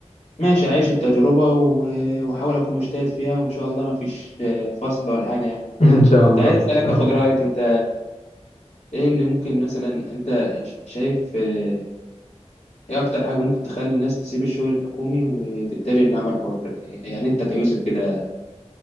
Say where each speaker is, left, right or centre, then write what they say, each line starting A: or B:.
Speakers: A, on the left; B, on the left.
A: ماشي عايش التجربة و- واحاول اكون مجتهد فيها وان شاء الله ما فيش فصل ولا حاجة يعني
B: <laughs> ان شاء الله
A: كنت عايز
B: ان
A: اسالك
B: شاء
A: اخد
B: الله.
A: رايك انت ايه اللي ممكن مثلا انت ش- شايف آه، ايه اكتر حاجة ممكن تخلي الناس تسيب الشغل الحكومي وتتجه للعمل الحر يعني انت كيوسف كده